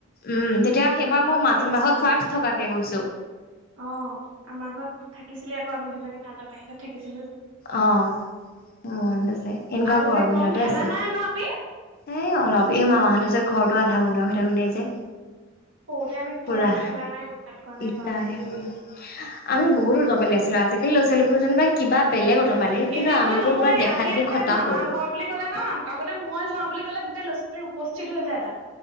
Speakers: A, on the left; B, on the right.
A: উম তেতিয়া সেইবাৰ
B: মোৰ
A: মই
B: মনত
A: <unintelligible>
B: আছে
A: মাহত
B: এতিয়া
A: ফাৰ্ষ্ট থকাকে গৈছো।
B: অ আমাৰ ঘৰত থাকিছিলি আকৌ আমি দুজনী মাজন মাহী ঘৰত থাকিছিলো।
A: অ মনত আছে, এনেকুৱা
B: আগৰ
A: গৰম
B: যে কম
A: দিনতে
B: খেলা
A: আছিলে।
B: নাই ন আমি
A: এই অলপ এই মামাহঁতৰ যে ঘৰতো আধা বনোৱা হৈ থাকোতে যে
B: সৰুতে আমি
A: পুৰা
B: কম খেলা নাই, উৎপাত কৰা নাই
A: ইটা
B: বাপৰে
A: সেই আমি বহুত অতপালি আছিলো, আজিকালি ল'ৰা ছোৱালীবোৰ যেনিবা কিবা বেলেগ অতপালি। কিন্তু
B: এনেকুৱা
A: আমিবোৰ
B: নহয়
A: পুৰা দেখা
B: আমি
A: দেখি
B: আগতে
A: খটাসুৰ।
B: মামা ঘৰ বুলি কলে ন। আগতে মই যোৱা বুলি কলে গোটে ল'ৰা-ছোৱালী উপস্থিত হৈ যায় তাত।